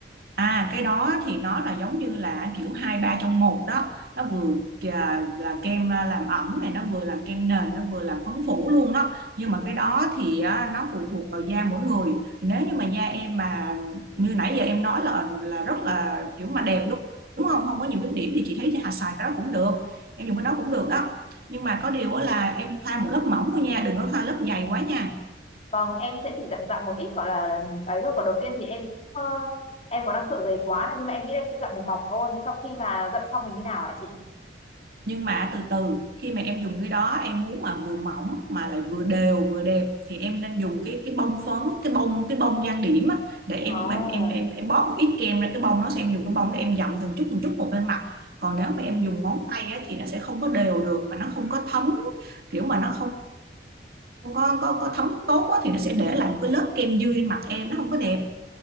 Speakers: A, on the right (about 55°); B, on the left (about 35°).
A: À cái đó thì nó là giống như là kiểu hai ba trong một đó nó vừa à, là kem à, làm ẩm này nó vừa làm kem nền nó vừa làm phấn phủ luôn đó nhưng mà cái đó thì á, nó phụ thuộc vào da mỗi người nếu như mà da em mà như nãy giờ em nói là là rất là kiểu mà đẹp đúng đúng không không có nhiều khuyết điểm thì chị thấy chị hà xài cái đó cũng được em dùng cái đó cũng được đó nhưng mà có điều á là em thoa một lớp mỏng thôi nha đừng có thoa lớp dày quá nha
B: vâng em sẽ chỉ dặm dặm một ít gọi là ấy thôi còn đầu tiên thì em cũng ờ, em có đang sợ dày quá này nhưng mà em nghĩ em sẽ dặm được mỏng thôi sau khi mà dặm xong mình như nào ạ chị
A: nhưng mà từ từ khi mà em dùng cái đó em muốn mà vừa mỏng mà lại vừa đều vừa đẹp thì em nên dùng cái cái bông phấn cái bông cái bông trang điểm á để em
B: à,
A: em em em, em bóp một ít kem ra cái bông nó sẽ em dùng cái bông để em dặm từng chút từng chút một lên mặt còn nếu mà em
B: ừ.
A: dùng ngón tay á, thì nó sẽ không có đều được và nó không có thấm kiểu mà nó không có có có thấm tốt á, thì nó sẽ để lại một cái lớp kem dư trên mặt em nó không có đẹp